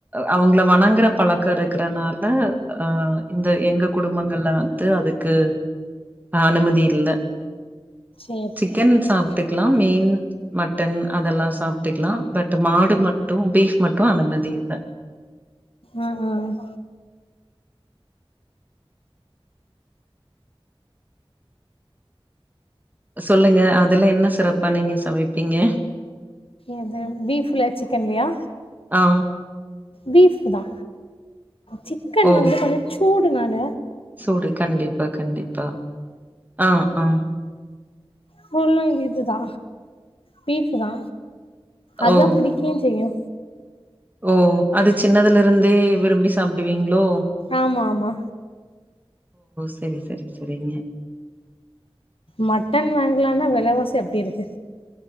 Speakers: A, on the right (about 15°); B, on the left (about 70°).
A: அவங்கள வணங்கற பழக்க இருக்கறனால ஆ இந்த எங்க குடும்பங்கள்ல வந்து அதுக் கு அனுமதி இல்ல
B: சேர் சேர்
A: சிக்கன் சாப்ட்டுக்கலாம். மீன், மட்டன் அதெல்லாம் சாப்ட்டுக்கலாம். பட் மாடு மட்டும் பீஃப் மட்டும் அனுமதி இல்ல.
B: அ அ
A: சொல்லுங்க அதுல என்ன சிறப்பா நீங்க சமைப்பீங்க?
B: எது பீஃப்லயா சிக்கன்லயா
A: ஆ.
B: பீஃப்தா சிக்கன்
A: ஓ!
B: வந்து கொஞ்ச சூ டுனால
A: சூடு கண்டிப்பா கண்டிப்பா ஆ ஆ
B: ஃபுல்லு இதுதா பீஃப்தா அதா
A: ஓ!
B: புடிக்வுஞ் செய்யு
A: ஓ அது சின்னதுல இருந்தே விரும்பி சாப்டுவீங்ளோ
B: ஆமா ஆமா
A: செரி செரி செரிங்க
B: மட்டன் வாங்கலானா வெலவாசி அப்டி இருக்கு